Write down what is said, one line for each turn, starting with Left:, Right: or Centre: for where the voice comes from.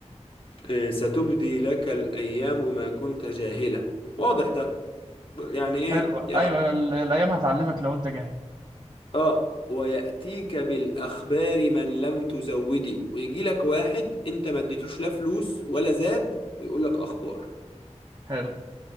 Left: آه، ستبدي لك الايام ما كنت جاهلة واضح ده يعني ايه
Right: حلو ايوه
Left: يا أخ...
Right: ايوه ال- الايام هتعلمك لو انت جاهل
Left: اه وياتيك بالاخبار من لم تزودي ويجي لك واحد انت ما اديتوش لا فلوس ولا زاد ويقول لك اخبار
Right: حلو